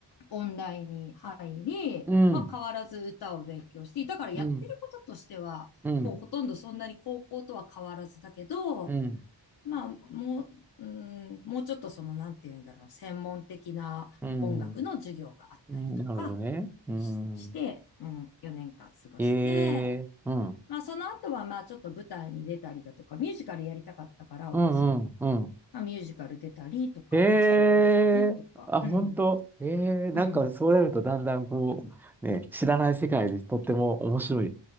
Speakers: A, on the left (about 55°); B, in the centre.
A: 音大に入り、
B: うん、
A: まあ変わらず歌を勉強していたからやってることとしては、
B: うん、うん、
A: もうほとんどそんなに高校とは変わらずだけど、
B: うん、
A: まあもう、うん、もうちょっとそのなんていうんだろう、専門的な音楽の授業があったりとか
B: うん、うんなるほどね。うん、
A: し、して、うん、4年間過ごして、
B: へえ、うん、う
A: まあその後はまあちょっと舞台に出たりだとか、ミュージカルやりたかったから私、
B: ん、うん、うん。
A: まあ、ミュージカル出たりとか、
B: へえ、
A: 合唱出たりとか、
B: あ、本当。
A: うん、
B: へえ、なんかそうなるとだんだんこう、
A: うん。
B: ね、知らない世界でとっても面白い。